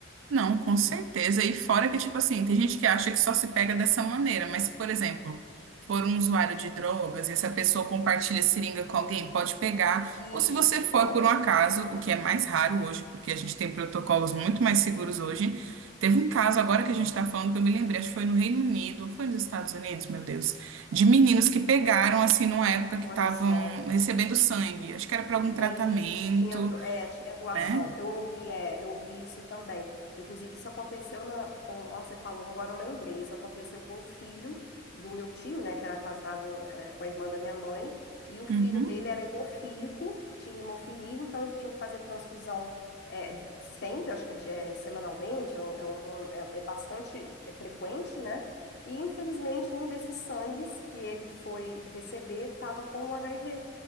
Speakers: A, on the right (about 85°); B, on the left (about 55°).
A: Não, com certeza. E fora que, tipo assim, tem gente que acha que só se pega dessa maneira, mas se, por exemplo, for um usuário de drogas e essa pessoa compartilha seringa com alguém, pode pegar.
B: Isso,
A: Ou se você for
B: pode.
A: por um acaso, o que é mais raro hoje, porque a gente tem protocolos muito mais seguros hoje. Teve um caso agora que a gente está falando que eu me lembrei, acho que foi no Reino Unido, foi nos Estados Unidos, meu Deus, de meninos que pegaram, assim, numa época que
B: Olha
A: estavam
B: só.
A: recebendo sangue. Acho que era para algum tratamento,
B: É isso, tinha, do- é, tinha doação.
A: né?
B: Eu ouvi, é, eu ouvi isso também. Inclusive, isso aconteceu na, com, ó, você falou, agora eu lembrei. Isso aconteceu com o filho do meu tio, né, que era casado, é, com a irmã da minha mãe, e o filho
A: Uhum.
B: dele era hemofílico, tinha hemofilia, então ele tinha que fazer transfusão, é, sempre, acho que é, de- é, semanalmente, é, um- é uma- é- é bastante frequente, né? E infelizmente, um desses sangues que ele foi receber estava com o HIV.